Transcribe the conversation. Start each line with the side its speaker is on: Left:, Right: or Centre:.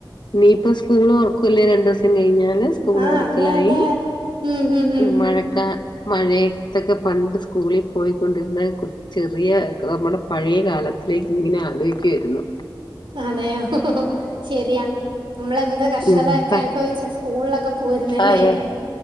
Left: ഇനിയിപ്പ സ്കൂള് തുറക്കൂല്ലേ രണ്ട് ദിവസം കഴിഞ്ഞാല് സ്കൂൾ
Right: ആ
Left: തുറക്കലായി
Right: അതെ അതെ ഉം ഉം ഉം
Left: മഴ <unintelligible> മഴയത്തൊക്കെ പണ്ട് സ്കൂളിൽ പോയിക്കൊണ്ടിരുന്ന കു ചെറിയ നമ്മുടെ പഴയ കാലത്തിലേക്ക് ഇങ്ങനെ ആലോയിക്കുവായിരുന്നു
Right: അതെയോ <unintelligible> ശരിയാ നമ്മളെന്ത് കഷ്ടതയൊക്കെ
Left: ഉം പ
Right: അനുഭവിച്ച സ്കൂളിലൊക്കെ പോയിരുന്നെ അല്ലേ
Left: അതെ